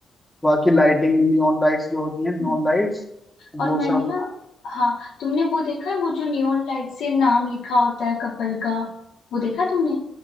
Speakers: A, in the centre; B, on the left (about 75°).
A: बाकी लाइटिंग नियॉन लाइट्स जो होती हैं नियॉन
B: हम्म,
A: लाइट्स
B: और
A: वो
B: मैंने
A: सब
B: ना हाँ तुमने वो देखा है वो जो नियॉन लाइट से नाम लिखा होता है कपल का वो देखा तुमने